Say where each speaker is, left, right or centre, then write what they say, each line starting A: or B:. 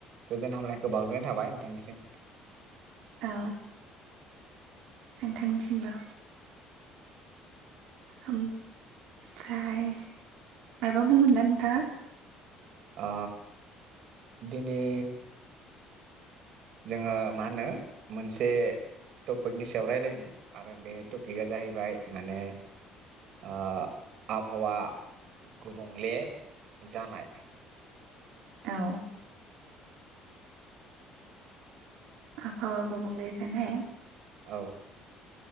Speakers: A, on the right; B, on the right.
A: गोजोन हामलायखौ बावहरग्रोनाय थाबाय नोंथांनिसिम।
B: औ नोंथांनिसिमबो। ओम फ्राय मायाबा बुंगोन ना नोंथाङा?
A: अ दिनै जोङो मा होनो मोनसे टपिकनि सायाव रायलायनि आरो बे टपिकआ जाहैबाय माने ओ आबहावा गुबुंले जानाय।
B: औ आबहावा गुबुंले जानाय?
A: औ